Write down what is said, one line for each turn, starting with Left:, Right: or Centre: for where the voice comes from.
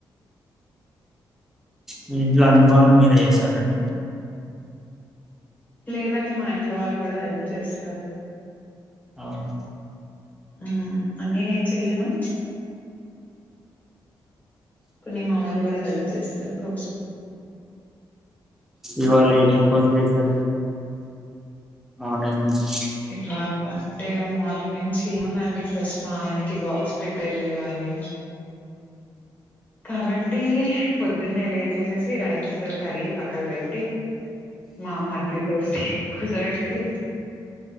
Centre: మీ ఇంట్లో అన్ని పనులు మీరే చేస్తారండి
Left: లేదండి మా ఇంట్లో వాళ్ళు కూడా హెల్ప్ చేస్తారు
Centre: అవున
Left: ఉ అన్ని నేను చెయ్యను కొన్ని మా వొళ్ళు కూడా హెల్ప్ చేస్తారు రోజు
Centre: ఇవాళ ఏవేం పనులు చేసార మావునే మంచి
Left: ఇవా అంటే మార్నింగ్ నుంచి ఏముందండి ఫస్ట్ మా ఆయనకి బాక్స్ ప్రిపేర్ చెయ్యాలి కాబట్టి పొద్దున్నే లేచేసేసి రైస్ కడిగి పక్కకు పెట్టి మా మారిదితో కుసా పెట్టి